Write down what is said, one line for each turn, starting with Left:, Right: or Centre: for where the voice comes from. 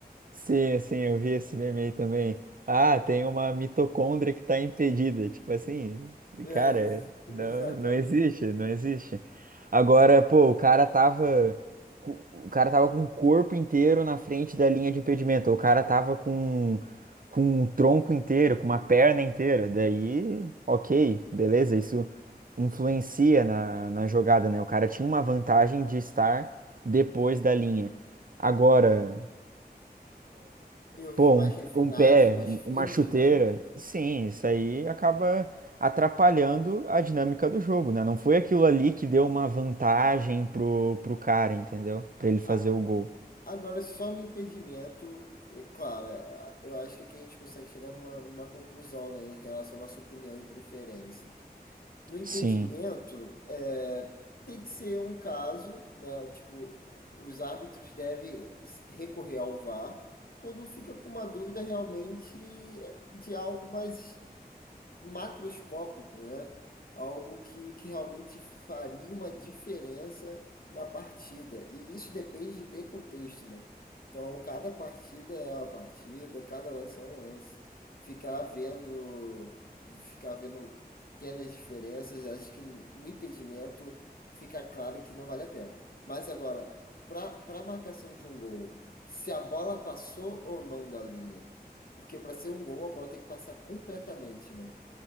Right: Sim, sim, eu vi esse meme aí também. Ah, tem uma mitocôndria que tá impedida. Tipo assim,
Left: É,
Right: cara,
Left: ex- exatamente.
Right: não, não existe, não existe. Agora, pô, o cara tava. co- O cara tava com o corpo inteiro na frente da linha de impedimento. O cara tava com, com o tronco inteiro, com uma perna inteira. Daí, ok, beleza, isso influencia na, na jogada, né? O cara tinha uma vantagem de estar depois da linha. Agora.
Left: E os
Right: Pô,
Left: mais
Right: um,
Left: refinados,
Right: um pé,
Left: mais
Right: um-
Left: finos,
Right: uma chuteira.
Left: né?
Right: Sim, isso aí acaba atrapalhando a dinâmica do jogo, né? Não foi aquilo ali que deu uma vantagem pro, pro cara, entendeu? Pra ele fazer
Left: A-
Right: o gol.
Left: Agora, só no impedimento, é claro, é, eu acho que aqui a gente consegue chegar numa, numa conclusão, né, em relação à nossa opinião e preferência. No impedimento,
Right: Sim,
Left: é, tem que ser um caso, né? Tipo, os árbitros devem se- recorrer ao VAR quando fica com uma dúvida realmente de algo mais macroscópico, né? Algo que, que realmente faria uma diferença na partida. E isso depende de contexto, né? Então, cada partida é uma partida, cada lance é um lance. Ficar vendo, ficar vendo pequenas diferenças, acho que no impedimento fica claro que não vale a pena. Mas agora, para para a marcação de um gol, se a bola passou ou não da linha, porque para ser um gol, a bola tem que passar completamente, né?